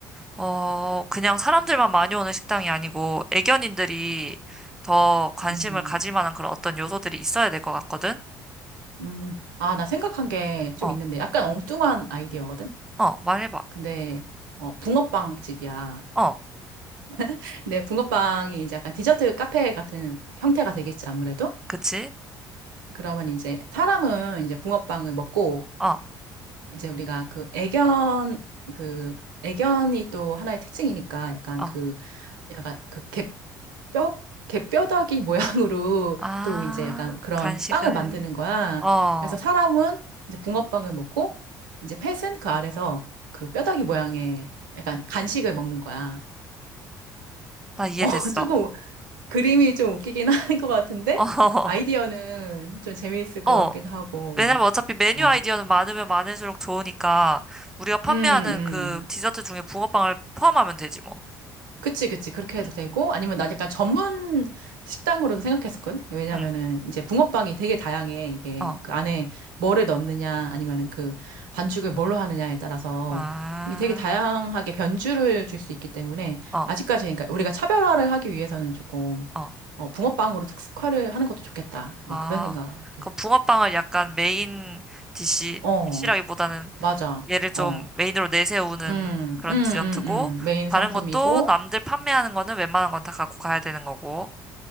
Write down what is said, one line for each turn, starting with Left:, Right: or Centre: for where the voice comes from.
Centre: 어, 그냥 사람들만 많이 오는 식당이 아니고, 애견인들이 더 관심을
Right: 음,
Centre: 가질 만한 그런 어떤 요소들이 있어야 될 것 같거든?
Right: 음. 아, 나 생각한 게 좀
Centre: 어,
Right: 있는데 약간 엉뚱한 아이디어거든?
Centre: 어, 말해봐.
Right: 근데, 어, 붕어빵 집이야.
Centre: 어,
Right: <laughs> 근데 붕어빵이 이제 약간 디저트 카페 같은 형태가 되겠지, 아무래도?
Centre: 그치?
Right: 그러면 이제 사람은 이제 붕어빵을 먹고
Centre: 어,
Right: 이제 우리가 그 애견, 그 애견이 또 하나의 특징이니까 약간
Centre: 어.
Right: 그, 약간 그 개, 뼈, 개뼈다귀 <laughs> 모양으로
Centre: 아,
Right: 또 이제 약간 그런
Centre: 간식을.
Right: 빵을 만드는 거야.
Centre: 어, 어.
Right: 그래서 사람은 이제 붕어빵을 먹고 이제 펫은 그 아래서 그 뼈다귀 모양의 약간 간식을 먹는 거야.
Centre: 나 이해됐어.
Right: <laughs> 조금 그림이 좀 웃기긴 한 것 같은데
Centre: <laughs>
Right: 아이디어는 좀 재미있을 것
Centre: 어, 어.
Right: 같기도 하고.
Centre: 왜냐면 어차피 메뉴
Right: 어.
Centre: 아이디어는 많으면 많을수록 좋으니까 우리가 판매하는
Right: 음, 음.
Centre: 그 디저트 중에 붕어빵을 포함하면 되지 뭐.
Right: 그치, 그치. 그렇게 해도
Centre: 음.
Right: 되고, 아니면 난 약간 전문 식당으로도 생각했었거든? 왜냐면은
Centre: 응.
Right: 이제 붕어빵이 되게 다양해. 이게
Centre: 어.
Right: 그 안에 뭐를 넣느냐, 아니면은 그 반죽을 뭘로 하느냐에 따라서
Centre: 아.
Right: 이게 되게 다양하게 변주를 줄 수 있기 때문에
Centre: 어.
Right: 아직까지 그러니까 우리가 차별화를 하기 위해서는 조금
Centre: 어.
Right: 어, 붕어빵으로 특색화를 하는 것도 좋겠다. 막
Centre: 아.
Right: 그런 생각이
Centre: 그럼
Right: 들어.
Centre: 붕어빵을 약간 메인 디시
Right: 어,
Centre: 디시라기보다는
Right: 맞아.
Centre: 얘를 좀
Right: 어.
Centre: 메인으로 내세우는
Right: 음,
Centre: 그런
Right: 음, 음,
Centre: 디저트고
Right: 음. 메인
Centre: 다른
Right: 상품이고,
Centre: 것도 남들 판매하는 거는 웬만한 건 다 갖고 가야 되는 거고.